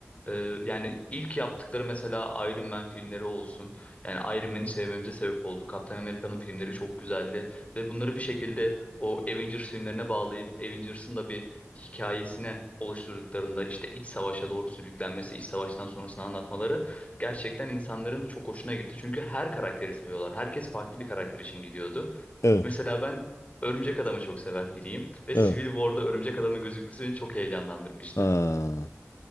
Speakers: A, on the left; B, on the left.
A: E, yani ilk yaptıkları mesela Iron Man filmleri olsun. Yani Iron Man'i sevmemize sebep oldu. Kaptan Amerika'nın filmleri çok güzeldi. Ve bunları bir şekilde o Avengers filmlerine bağlayıp Avengers'ın da bir hikayesine oluşturduklarında işte iç savaşa doğru sürüklenmesi, iç savaştan sonrasını anlatmaları gerçekten insanların çok hoşuna gitti. Çünkü her karakteri seviyorlar. Herkes farklı bir karakter için gidiyordu.
B: evet.
A: Mesela ben Örümcek Adam'ı çok seven biriyim ve
B: Evet.
A: Civil War'da Örümcek Adam'ın gözükmesi beni çok heyecanlandırmıştı.
B: Ha.